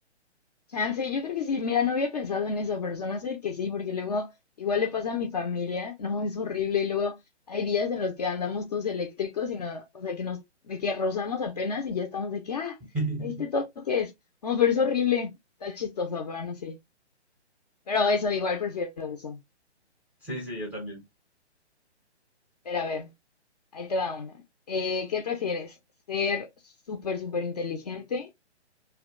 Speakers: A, on the left; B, in the centre.
A: Chance, yo creo que sí, mira, no había pensado en eso, pero se me hace que sí, porque luego igual le pasa a mi familia, <laughs> no, es horrible, y luego hay días en los que andamos todos eléctricos y no, o sea, que nos, de que rozamos apenas y ya estamos de que, ah,
B: <laughs>
A: me diste toques, no, pero es horrible, está chistoso, pero no sé, pero eso, igual prefiero eso,
B: Sí, sí, yo también.
A: pero a ver. Ahí te va una. Eh, ¿qué prefieres? ¿Ser súper, súper inteligente?